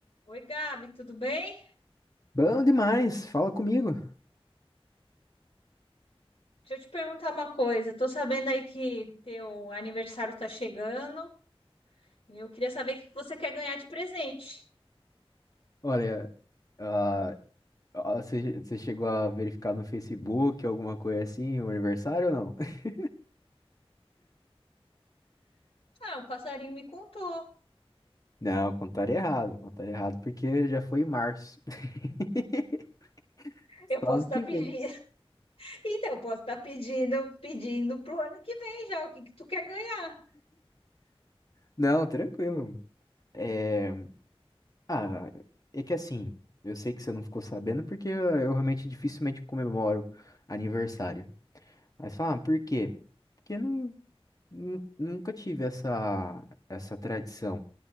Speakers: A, on the left; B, on the left.
A: Oi, Gabi, tudo bem?
B: Bom demais, fala comigo.
A: Deixa eu te perguntar uma coisa. Tô sabendo aí que teu aniversário tá chegando e eu queria saber o que você quer ganhar de presente.
B: Olha, ah, ah, você você chegou a verificar no Facebook alguma coisa assim, o aniversário ou não? <laughs>
A: Ah, o passarinho me contou.
B: Não, contaram errado, contaram errado porque já foi em março. <laughs>
A: Eu
B: Só
A: posso
B: ano
A: estar
B: que
A: pedindo.
B: vem.
A: <laughs> Então, eu posso estar pedindo, pedindo pro ano que vem já o que que tu quer ganhar.
B: Não, tranquilo. É, ah, é que assim, eu sei que você não ficou sabendo porque eu, eu realmente dificilmente comemoro aniversário. Aí você fala, ah, por quê? Porque não, nu- nunca tive essa, essa tradição.